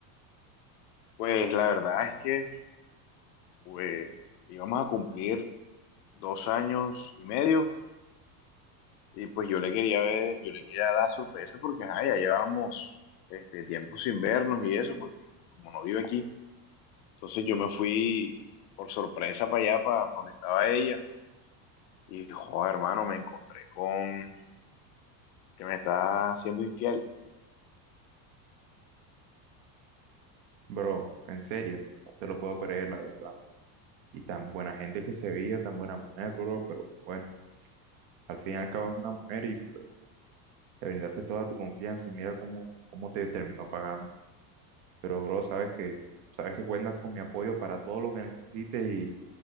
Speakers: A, on the left; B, on the right.
A: Pues la verdad es que pues, íbamos a cumplir dos años y medio Y pues yo le quería ver, yo le quería dar sorpresa porque ajá, ya llevamos este tiempo sin vernos y eso, porque como no vive aquí, entonces yo me fui por sorpresa para allá, para, donde estaba ella, y joder, hermano, me encontré con que me está haciendo infiel.
B: Bro, en serio, no te lo puedo creer, la verdad. y tan buena gente que se veía, tan buena mujer, bro, pero bueno, al fin y al cabo es una mujer y pues, le brindaste toda tu confianza y mira cómo, cómo te terminó pagando. Pero, bro, sabes que, sabes que cuentas con mi apoyo para todo lo que necesites y